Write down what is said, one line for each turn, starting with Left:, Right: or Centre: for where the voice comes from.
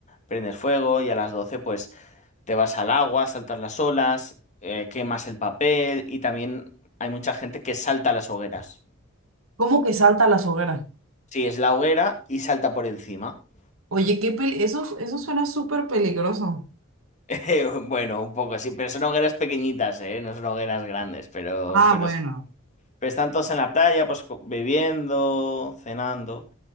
Left: prendes fuego y a las 12, pues te vas al agua, saltas las olas, eh, quemas el papel y también hay mucha gente que salta las hogueras.
Right: ¿Cómo que salta a las hogueras?
Left: Sí, es la hoguera y salta por encima. <laughs>
Right: Oye, qué pel- eso, eso suena súper peligroso.
Left: Eh, Bueno, un poco así, pero son hogueras pequeñitas, ¿eh? No son hogueras grandes, pero,
Right: Ah,
Left: pero
Right: bueno.
Left: sí. Pero están todos en la playa, pues co- bebiendo, cenando.